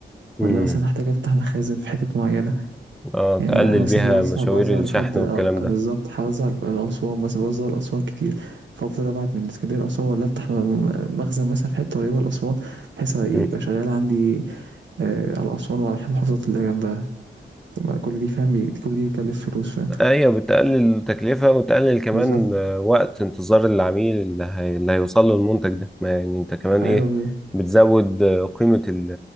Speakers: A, in the centre; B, on the right.
A: امم
B: والّا مثلًا هاحتاج أفتح مخازن في حتت معينة.
A: اه
B: يعني
A: تقلل
B: انا مثلا
A: بيها
B: بوزع
A: مشاوير
B: بوزع
A: الشحن
B: لحد آه،
A: والكلام ده
B: بالظبط هوزع لاسوان مثلا بوزع لاسوان كتير فافضل ابعت من اسكندريه لاسوان ولا افتح م- مخزن مثلا في حته قريبه لاسوان بحيث يبقى
A: امم
B: شغال عندي آه على اسوان وعلى المحافظات اللي جنبها طب ما كل دي فاهم بي- كل دي بتكلف فلوس فاهم
A: ايوه بتقلل تكلفة وتقلل كمان
B: بالظبط
A: آه، وقت انتظار العميل اللي, هي... اللي هيوصل له المنتج ده ما يعني انت كمان
B: ايوه
A: ايه
B: بالظبط
A: بتزود آه، قيمة ال...